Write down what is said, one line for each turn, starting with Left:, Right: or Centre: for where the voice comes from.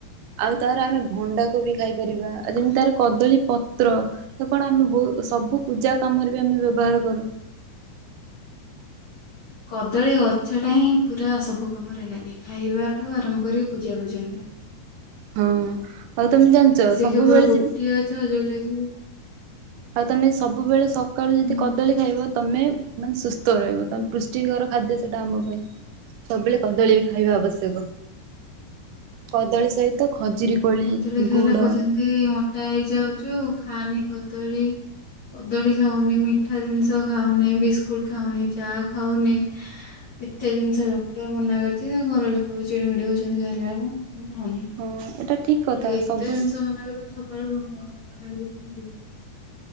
Right: ଆଉ ତାର ଆମେ ଭଣ୍ଡା। କୁ ବି ଖାଇପାରିବା ଆଉ ଯେମିତି ତାର କଦଳୀ ପତ୍ର ତ କଣ ଆମେ ବହୁ ସବୁ ପୂଜା କାମରେ ବି ଆମେ ବ୍ୟବହାର କରୁ।
Left: କଦଳୀ ଗଛ ଟା ହିଁ ପୁରା ସବୁ କାମରେ ଲାଗେ ଖାଇବାଠୁ ଆରମ୍ଭ କରିକି ପୂଜା ପର୍ଯ୍ୟନ୍ତ।
Right: ହଁ ଆଉ ତମେ ଜାଣିଛ
Left: ସେ
Right: ସବୁବେଳେ।
Left: କେବଳ ଗୋଟିଏ ଗଛ ଯୋଉଟା କି
Right: ଆଉ ତମେ ସବୁବେଳେ ସକାଳୁ ଯଦି
Left: ହୁଁ
Right: କଦଳୀ ଖାଇବ। ତମେ ମାନେ ସୁସ୍ଥ ରହିବ ତମେ ପୃଷ୍ଟିକର ଖାଦ୍ୟ ସେଟା ଆମ ପାଇଁ ସବୁବେଳେ କଦଳୀ ବି ଖାଇବା ଆବଶ୍ୟକ କଦଳୀ ସହିତ। ଖଜୁରୀ କୋଳି
Left: କଦଳୀ ଖାଇଲେ
Right: ଗୁଡ
Left: କହୁଛନ୍ତି ମୋଟା ହେଇଯାଉଛୁ ଖାନି। କଦଳୀ କଦଳୀ ଖାଉନି ମିଠା ଜିନିଷ ଖାଉନି ବିସ୍କୁଟ ଖାଉନି ଚା ଖାଉନି କେତେ ଜିନିଷ ଡକ୍ଟର ମନା କରିଛି ଘର ଲୋକ ବି ଚିଡିମିଡି ହଉଛନ୍ତି ଖାଇଲା ବେଳକୁ। ମୁଁ ଖାଉନି।
Right: ହଁ ଏଟା। ଠିକ କଥା
Left: ତ ଏତେ
Right: ସବୁ
Left: ଜିନିଷ ମନା କଲେ ମୁଁ ସକାଳୁ ଘୁମ। ଖାଇବି କେମିତି।